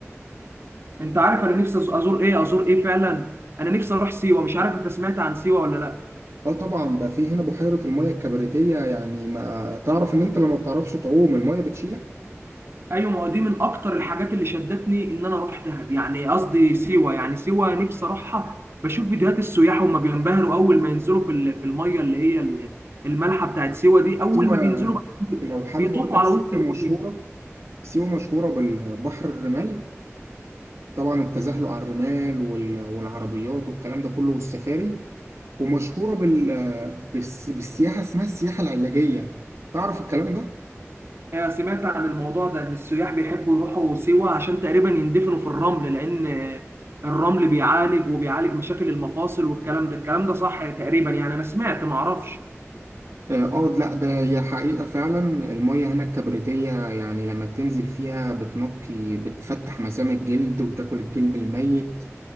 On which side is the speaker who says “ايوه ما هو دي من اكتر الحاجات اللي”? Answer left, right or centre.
Right